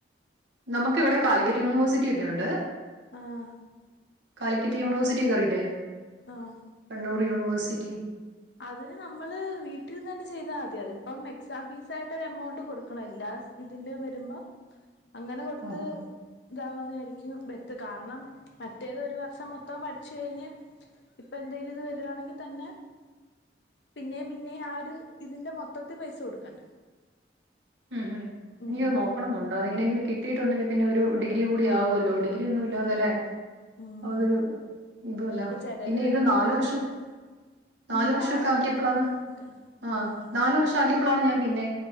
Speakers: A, on the right; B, on the left.
A: നമുക്ക് ഇവിടെ കാലിക്കറ്റ് യൂണിവേഴ്സിറ്റി ഒക്കെ ഉണ്ട്.
B: ആഹ്
A: കാലിക്കറ്റ് യൂണിവേഴ്സിറ്റിക്കെ അറീലേ
B: ആഹ്
A: കണ്ണൂർ യൂണിവേഴ്സിറ്റി.
B: അതിന് നമ്മള് വീട്ടിര്നന്നെ ചെയ്താതി അതിപ്പം എക്സാം ഫീസായിട്ട് ഒരു എമൗണ്ട് കൊടുക്കണം എല്ലാ ഇതിന്റേം വരുമ്പം അങ്ങനെ കൊടുത്ത്
A: ആഹാ
B: താവുന്നായിരിക്കും ബെറ്റ് കാരണം മറ്റേത് ഒരു വർഷം മൊത്തോം പഠിച്ച്കഴിഞ്ഞ്. ഇപ്പ എന്തേലും ഇത് വരുവാണെങ്കി തന്നെ. പിന്നേം പിന്നേം ആ ഒരു ഇതിന്റെ മൊത്തത്തി പൈസ കൊടുക്കണ്ടേ.
A: ഉം ഹും
B: ഉം
A: എനിക്കത് നോക്കണന്നുണ്ട് അതെങ്ങനെങ്കിലും കിട്ടീട്ടുണ്ടെങ്കി പിന്നെ ഒരു ഡിഗ്രി കൂടി ആവല്ലോ ഡി ഗ്രി ഒന്നും ഇല്ലാതല്ലേ.
B: ഉം ഉം
A: അതൊരു ഇതുവല്ലാ
B: ഇപ്പൊ ചിലര്
A: പിന്നെ
B: പറയും
A: ഇത്
B: ഡിഗ്രിന്ന്
A: നാലു വർഷം.
B: പറയുന്നത് ഇതിന്
A: നാലു വർഷൊക്കെ
B: വാല്യൂ
A: ആക്കിയപ്പളാണ്
B: ഇല്ല എന്നൊക്കെ
A: ആഹ്
B: ഉം
A: നാലു വർഷം ആക്കിയ പ്പളാണ് ഞാൻ പിന്നേം